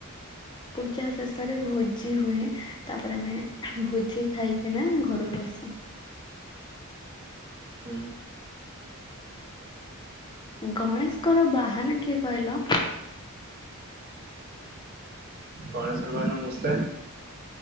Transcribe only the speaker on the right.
ହୁଁ।
ଗଣେଶ ଙ୍କ ବାହାନ ମୂଷା।